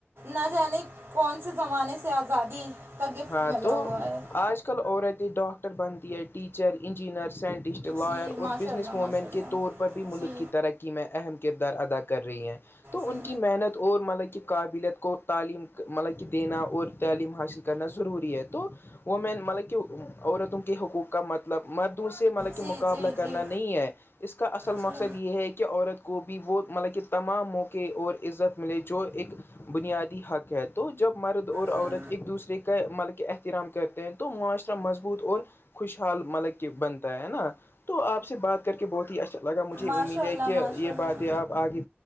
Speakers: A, on the right; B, on the left.
A: نہ جانے کون سے زمانے سے آزادی کا گفٹ
B: ہاں
A: ملا
B: تو
A: ہوا ہے
B: آج کل عورتیں ڈاکٹر بنتی ہے ٹیچر انجینئر سائ سٹ لاائر
A: جی
B: اور
A: ماشاء
B: بزنس
A: اللہ
B: وومن
A: ماشاء اللہ
B: کے طور پر بھی ملک
A: جی
B: کی ترقی میں اہم کردار ادا کر رہی ہیں تو
A: جی
B: ان کی محنت اور مطلب کہ قابلیت کو تعلیم مطلب کہ دینا اور تعلیم حاصل کرنا ضروری ہے تو وہ مین مطلب کہ عورتوں کے حقوق کا مطلب مردوں سے مطلب کہ
A: جی
B: مقابلہ
A: جی
B: کرنا
A: جی
B: نہیں ہے اس کا اصل
A: جی
B: مقصد یہ ہے کہ عورت کو بھی وہ مطلب کہ تمام موقع اور عزت ملے جو ایک بنیادی حق ہے تو جب مرد اور
A: جی
B: عورت ایک دوسرے کے کا مطلب کہ احترام کرتے ہیں تو معاشرہ مضبوط اور خوشحال مطلب کہ بنتا ہے نا تو آپ سے بات کر کے بہت ہی اچھا لگا مجھے
A: ماشاء
B: امید ہے
A: اللہ
B: کہ
A: ماشاء
B: یہ
A: اللہ
B: باتیں آپ آگے